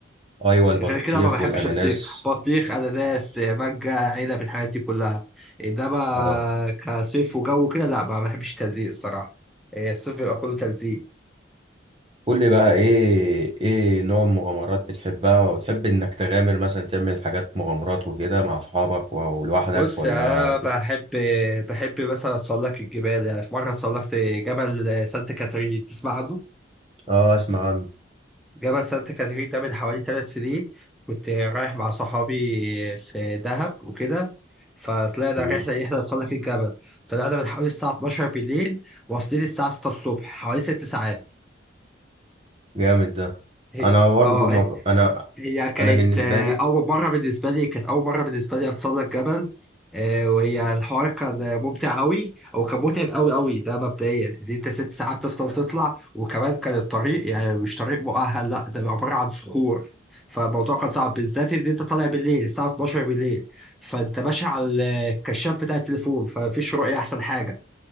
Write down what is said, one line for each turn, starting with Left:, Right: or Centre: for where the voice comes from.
Right: ايوه البطيخ
Centre: غير كده ما بحبش
Right: والاناناس
Centre: الصيف بطيخ اناناس مانجا عنب الحاجات دي كلها انما
Right: اه
Centre: كصيف وجو كده لا ما بحبش التلزيق الصراحه آه، الصيف بيبقى كله تلزيق
Right: قول لي بقى ايه ايه نوع المغامرات بتحبها وتحب انك تغامر مثلا تعمل حاجات مغامرات وكده مع اصحابك و- ولوحدك
Centre: بص
Right: ولا
Centre: يا
Right: بت...
Centre: بحب بحب مثلا اتسلق الجبال يعني في مره اتسلقت جبل سانت كاترين تسمع عنه
Right: اه اسمع عنه
Centre: جبل سانت كاترين ده من حوالي ثلاث سنين كنت رايح مع صحابي في دهب وكده فطلعنا
Right: مم،
Centre: رحله ان احنا نتسلق الجبل طلعنا من حوالي الساعه 12 بالليل واصلين الساعه 6 الصبح حوالي ست ساعات
Right: جامد ده
Centre: هي-
Right: انا برضه
Centre: اه
Right: ما ب... انا
Centre: هي كانت
Right: انا بالنسبه
Centre: آه،
Right: لي
Centre: أول مرة بالنسبة لي كانت أول مرة بالنسبة لي أتسلق جبل آه، وهي الحوار كان ممتع أوي أو كان متعب أوي أوي ده مبدئيا إن أنت ست ساعات تفضل تطلع وكمان كان الطريق يعني مش طريق مؤهل لأ ده عبارة عن صخور فالموضوع كان صعب بالذات إن أنت طالع بالليل الساعة 12 بالليل فأنت ماشي على الكشاف بتاع التليفون فمفيش رؤية أحسن حاجة